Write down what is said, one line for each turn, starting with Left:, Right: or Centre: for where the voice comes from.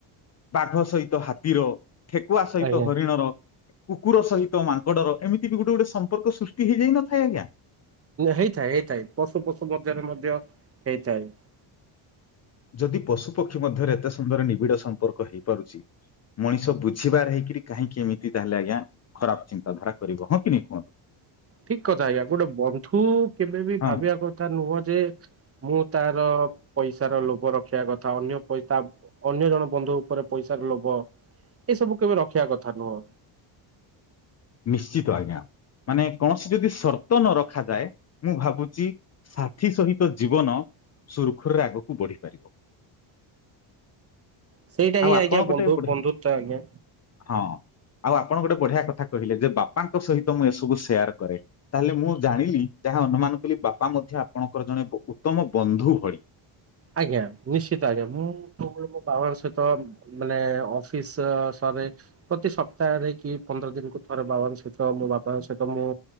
Left: ବାଘ ସହିତ ହାତୀର ଠେକୁଆ ସହିତ
Right: ଆଜ୍ଞା
Left: ହରିଣର କୁକୁର ସହିତ ମାଙ୍କଡ଼ର ଏମିତି ବି ଗୋଟେ ଗୋଟେ ସମ୍ପର୍କ ସୃଷ୍ଟି ହେଇଯାଇ ନଥାଏ ଆଜ୍ଞା।
Right: ହେଇଥାଏ ହେଇଥାଏ ପଶୁ ପଶୁ ମଧ୍ୟରେ ମଧ୍ୟ ହେଇଥାଏ।
Left: ଯଦି ପଶୁ ପକ୍ଷୀ ମଧ୍ୟରେ ଏତେ ସୁନ୍ଦର ନିବିଡ଼ ସମ୍ପର୍କ ହେଇପାରୁଛି ମଣିଷ ବୁଝିବାର ହେଇକି କାହିଁକି କେମିତି ତାହେଲେ ଆଜ୍ଞା। ଖରାପ ଚିନ୍ତାଧାରା କରିବ ହିଁ କି ନାଁ କୁହନ୍ତୁ?
Right: ଠିକ କଥା ଆଜ୍ଞା ଗୋଟେ ବନ୍ଧୁ କେବେ ବି
Left: ହଁ।
Right: ଭାବିବା କଥା ନୁହଁ ଯେ ମୁଁ ତାର ପଇସାର ଲୋଭ ରଖିବା କଥା ଅନ୍ୟ ପଇସା ରେ ଅନ୍ୟ ଜଣ ବନ୍ଧୁ ଉପରେ ପଇସାର ଲୋଭ ଏସବୁ କେବେ ରଖିବା କଥା ନୁହଁ।
Left: ନିଶ୍ଚିତ ଆଜ୍ଞା ମାନେ କୌଣସି ଯଦି ସର୍ତ ନ ରଖାଯାଏ ମୁଁ ଭାବୁଛି ସାଥି ସହିତ ଜୀବନ ସୁରୁଖୁରୁରେ ଆଗକୁ ବଢି ପାରିବ।
Right: ସେଇଟା
Left: ଆଉ
Right: ହିଁ ଆଜ୍ଞା
Left: ଆପଣ ଗୋଟେ
Right: ବନ୍ଧୁ
Left: ବଢିଆ
Right: ବନ୍ଧୁତ୍ବ ଆଜ୍ଞା।
Left: ହଁ ଆଉ ଆପଣ ଗୋଟେ ବଢିଆ କଥା କହିଲେ ଯେ ବାପାଙ୍କ ସହିତ ମୁଁ ଏସବୁ ସେୟାର କରେ ତାହେଲେ ମୁଁ ଜାଣିଲି। ଯାହା ଅନୁମାନ କଲି ବାପା ମଧ୍ୟ ଆପଣଙ୍କର ଜଣେ ଉତ୍ତମ ବନ୍ଧୁ ଭଳି।
Right: ଆଜ୍ଞା ନିଶ୍ଚିତ ଆଜ୍ଞା ମୁଁ ମୋ ବାବାଙ୍କ ସହିତ ମାନେ ଅଫିସ ସରେଥ ପ୍ରତି ସପ୍ତାହରେ କି ପନ୍ଦର ଦିନକୁ ଥରେ ବାବାଙ୍କ ସହିତ ମୋ ବାପାଙ୍କ ସହିତ ମୁଁ